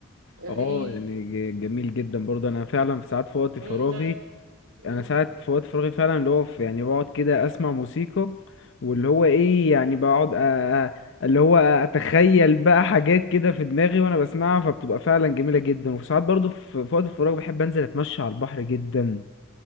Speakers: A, on the right (about 85°); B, on the left (about 60°).
A: اغاني
B: اه يعني ج- جميل جدا برضه انا فعلا في ساعات في وقت فراغي
A: وانت امم
B: انا ساعات في وقت فراغي فعلا اللي هو في يعني بقعد كده اسمع موسيقى واللي هو ايه يعني بقعد أ... أ- اللي هو اتخيل بقى حاجات كده في دماغي وانا بسمعها فبتبقى فعلا جميلة جدا وفي ساعات برضه في في وقت الفراغ بحب انزل اتمشى على البحر جدا